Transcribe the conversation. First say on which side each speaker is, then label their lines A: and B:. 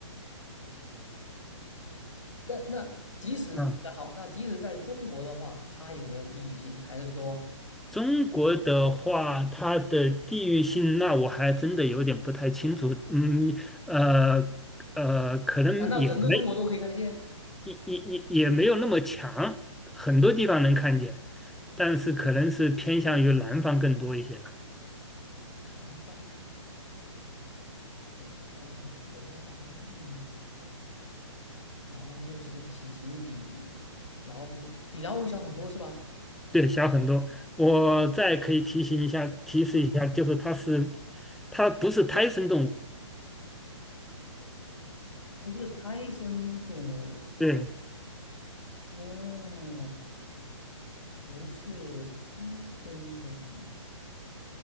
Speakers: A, on the left; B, in the centre.
A: 那那即使好，
B: 啊。
A: 那即使在中国的话，它有没有地域性？还是说，
B: 中国的话，它的地域性，那我还真的有点不太清楚。嗯，呃呃，可能也没
A: 难道整个中国都可以看得见？
B: 也也也也没有那么强，很多地方能看见，但是可能是偏向于南方更多一些吧。
A: 南方，然后国家保护动物，然后又是体型比老虎比老虎小很多是吧？
B: 对，小很多。我再可以提醒一下，提示一下，
A: 嗯，
B: 就是它是它不是胎生动物，
A: 不是胎生动物
B: 对，
A: 哦，不是胎生动物。